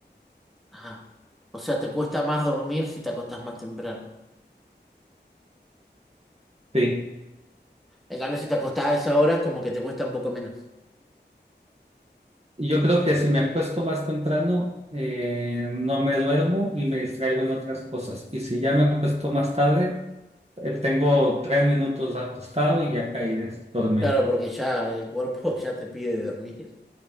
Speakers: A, in the centre; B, on the right (about 35°).
A: Ajá. O sea, te cuesta más dormir si te acostás más temprano.
B: Sí.
A: En cambio, si te acostás a esa hora, es como que te cuesta un poco menos.
B: Y Yo creo que si me acuesto más temprano, eh, no me duermo y me distraigo en otras cosas. Y si ya me acuesto más tarde, Eh, Tengo tres minutos acostado y ya caí de dormir.
A: Claro, porque ya el cuerpo <laughs> ya te pide dormir.